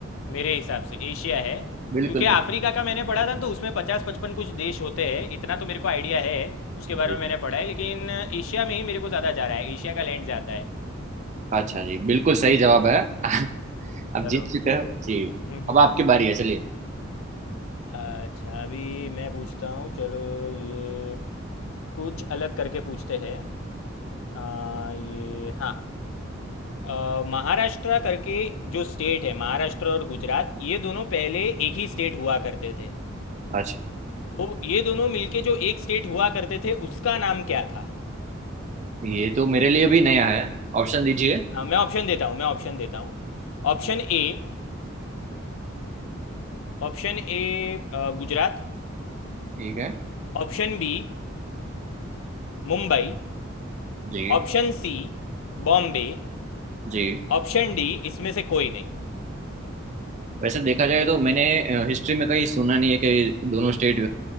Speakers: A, on the left; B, on the right.
A: मेरे हिसाब से एशिया है
B: बिल्कुल
A: क्योंकि अफ्रीका का मैंने पढ़ा था ना, तो उसमें पचास पचपन कुछ देश होते हैं इतना तो मेरे को आइडिया है उसके
B: बिल्कुल।
A: बारे में मैंने पढ़ा है लेकिन एशिया में ही मेरे को ज़्यादा जा रहा है एशिया का लैंड ज़्यादा है
B: अच्छा जी बिल्कुल सही जवाब है <laughs> आप
A: चलो
B: जीत चुके हो जी
A: <laughs>
B: अब आपकी बारी है चलिए
A: अच्छा अभी मैं पूछता हूँ चलो ये कुछ अलग करके पूछते हैं आ, ये हाँ अ, महाराष्ट्र करके जो स्टेट है महाराष्ट्र और गुजरात ये दोनों पहले एक ही स्टेट हुआ करते थे
B: अच्छा
A: तो ये दोनों मिलके जो एक स्टेट हुआ करते थे उसका नाम क्या था
B: ये तो मेरे लिए भी नया है ऑप्शन दीजिए
A: हाँ मैं ऑप्शन देता हूँ मैं ऑप्शन देता हूँ Option A option A Gujarat
B: ठीक है
A: Option B Mumbai
B: जी
A: Option C Bombay
B: जी
A: Option D इसमें से कोई नहीं
B: वैसे देखा जाए तो मैंने हिस्ट्री में कहीं सुना नहीं है कि दोनों स्टेट